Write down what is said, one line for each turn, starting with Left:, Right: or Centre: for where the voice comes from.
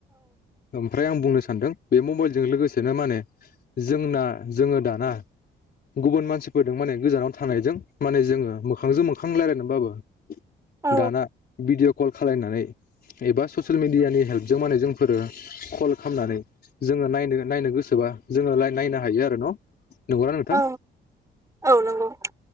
Left: । ओमफ्राय आं बुंनो सानदों बे मबाइल जों लोगोसेनो माने जोंना जोङो दाना गुबुन मानसिफोरजों माने गोजानाव थानायजों माने जोङो मोखांजों मोखां रायलायनानैबाबो
Right: औ
Left: दाना बिडिअ कल खालायनानै एबा ससियेल मिदिया नि हेल्प जों माने जोंफोरो कल खालामनानै जोङो नायनो नायनो गोसोबा जोङो लाय नायनो हायो आरो न'? नंगौ ना नोंथां?
Right: औ औ नंगौ